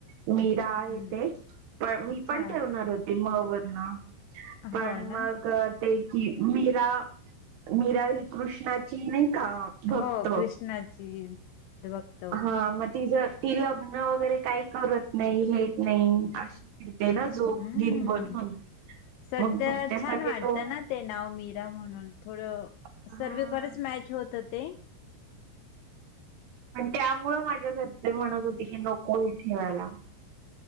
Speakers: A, on the right; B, on the left.
A: मीरा आहे
B: हम्म.
A: ते पण मी
B: अच्छा
A: पण ठेवणार होते म वरण. पण
B: हो ना
A: मगत. ते की, मीरा मीरा ही, कृष्णाची नाही का. भक्त
B: हो कृष्णाची त्या बघ.
A: हा, मग तिज ती लग्न वगैरे काही करत नाही घेत नाही अशी ती. तेना जोप
B: हम्म.
A: <inaudible> गिरी बनून
B: सध्या
A: मग घरचे
B: छान
A: सगळे
B: वाटतं
A: तो
B: ना ते नाव मीरा म्हणून थोडं.
A: हा
B: सर्वेकच बरेच मॅच होत होते.
A: पण त्यामुळ माझ्या घरचे म्हणत होते की, नको हे ठेवायला.